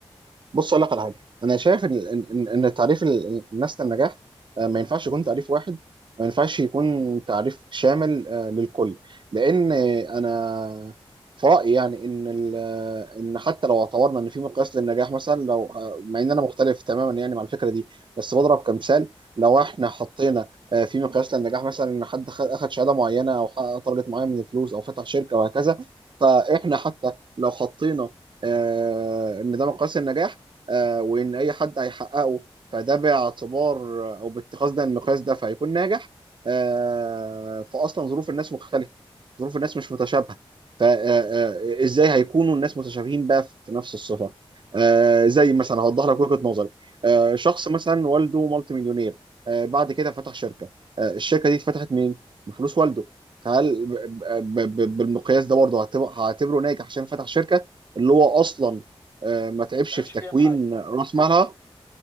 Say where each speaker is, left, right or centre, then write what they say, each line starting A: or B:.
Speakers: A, on the right; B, on the left.
A: بص اقول لك على حاجه انا شايف ان ان إن- إن تعريف ال- الناس للنجاح آه، ما ينفعش يكون تعريف واحد ما ينفعش يكون تعريف شامل آه، للكل لان آه، انا في رايي يعني ان ال- آه، ان حتى لو اعتبرنا ان في مقياس للنجاح مثلا لو آه، مع ان انا مختلف تماما يعني مع الفكره دي بس بضرب كمثال لو احنا حطينا آه، في مقياس للنجاح مثلا ان حد خد- اخد شهاده معينه او حقق تارجت معين من الفلوس او فتح شركه وهكذا فاحنا حتى لو حطينا آه، ان ده مقياس النجاح آه، وان اي حد هيحققه فده باعتبار او باتخاذ ده المقياس ده فهيكون ناجح آه، فاصلا ظروف الناس مختلفه ظروف الناس مش متشابهه فازاي هيكونوا الناس متشابهين بقى في نفس الصفه آه،
B: مم.
A: زي مثلا هوضح لك وجهه نظري آه، شخص مثلا والده مالتي مليونير آه، بعد كده فتح شركه آه، الشركه دي اتفتحت مين بفلوس والده فهل ب- ب- ب- بالمقياس ده برضه هعتبره هعتبره ناجح عشان فتح شركه اللي هو اصلا آه، ما تعبش
B: ما تعبش
A: في
B: فيها
A: تكوين
B: في حاجة
A: راس
B: بالظبط
A: مالها